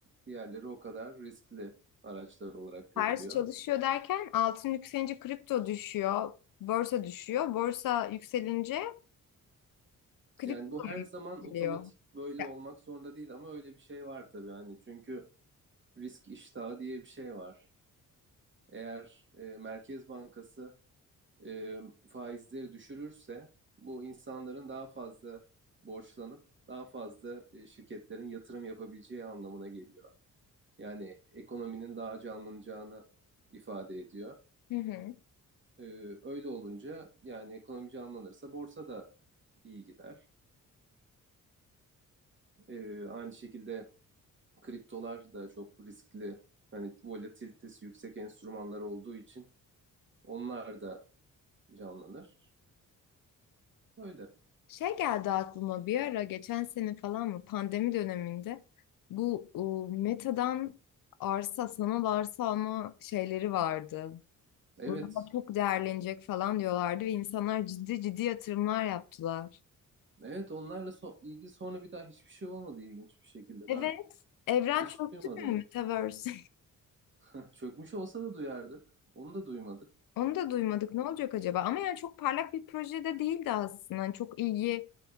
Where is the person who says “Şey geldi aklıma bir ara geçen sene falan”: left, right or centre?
Left